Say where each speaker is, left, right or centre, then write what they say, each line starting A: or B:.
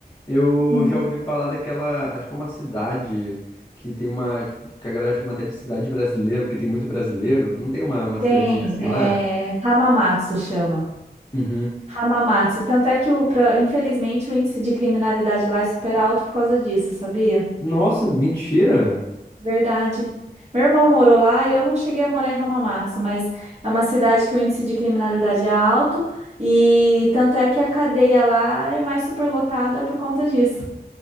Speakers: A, on the left; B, on the right.
A: Eu
B: Uhum.
A: já ouvi falar daquela, acho que é uma cidade que tem uma, tipo, que a galera chama até de cidade brasileira, porque tem muito brasileiro. Não tem uma, uma
B: Tem,
A: cidadezinha assim
B: é,
A: lá?
B: Hamamatsu chama.
A: Uhum.
B: Hamamatsu. E Tanto é que, o, pra- infelizmente, o índice de criminalidade lá é super alto por causa disso, sabia?
A: Nossa, mentira!
B: Verdade. Meu irmão morou lá, eu não cheguei a morar em Hamamatsu, mas é uma cidade que o índice de criminalidade é alto e tanto é que a cadeia lá é mais superlotada por conta disso.